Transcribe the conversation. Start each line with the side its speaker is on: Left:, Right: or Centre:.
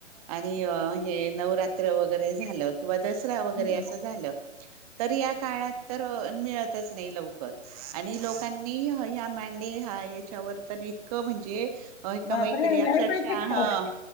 Right: आणि ह हे नवरात्र वगैरे झालं. किंवा दसरा वगैरे
Left: हं, हं.
Right: असं झालं अ तरी या काळात तर मिळतच नाही लवकर. आणि लोकांनी ह् हया मांडे हा याच्यावर तर इतकं म्हणजे अ कमाई
Left: बापरे
Right: केली
Left: लय
Right: अक्षरशा
Left: पैसे कमाव
Right: ह.